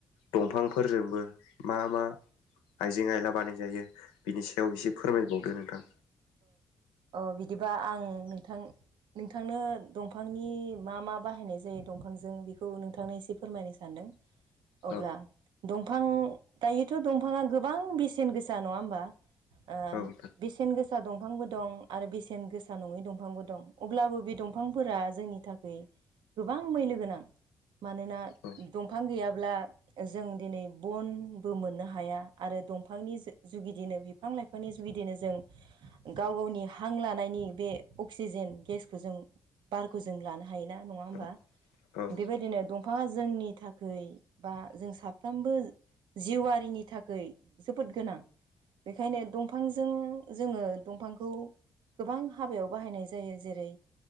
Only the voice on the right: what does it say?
अ बिदिबा आं नोंथां नोंथांनो दंफांनि मा मा बाहायनाय जायो दंफांजों बेखौ नोंथांनो एसे फोरमायनो सानदों।
अब्ला दंफां दायोथ' दंफाङा गोबां बेसेन गोसा नङा होमबा? ओ
बेसेन गोसा गोसा दंफांबो दं आरो बेसेन गोसा नङै दंफांबो दं अब्लाबो बे दंफांफोरा जोंनि थाखाय गोबां मैल गोनां मानोना
दंफां गैयाब्ला जों दिनै बनबो मोननो हाया आरो दंफांनि जुदिनो बिफां लाइफांनि जुगिदिनो जों गाव गावनि हां लानायनि बे अक्सिजेन गेसखौ जों बारखौ जों लानो हायोना नङा होमबा?
बेबायदिनो दंफाङा जोंनि थाखै बा जों साफ्रोमबो जिउआरिनि थाखाय जोबोद गोनां बेखायनो दंफांजों जोङो दंफांखौ गोबां हाबायाव बाहायनाय जायो जेरै